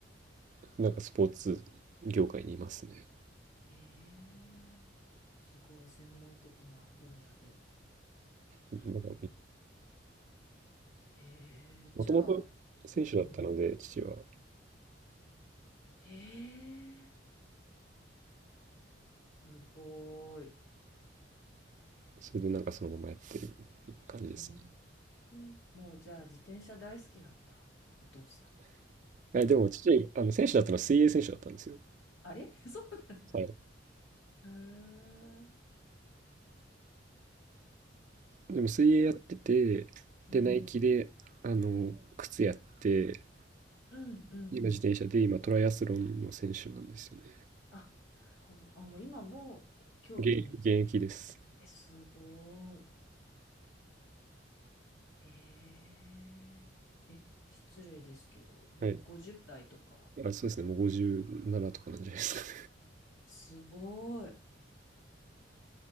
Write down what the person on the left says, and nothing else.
へえ、すごい専門的な分野で。
そうかな。へえ、じゃあ、
うん。
へえ、すごい。
うーん。もうじゃあ自転車大好きなんだ。お父さん。
あれ <laughs> そうなんだ。
へえ。
お、うん、
うん、
うん、うん。
あ、なるほど。あ、もう今も競技に。
え、すごい。へえ。え、失礼ですけど、もう50代とか、
すごい。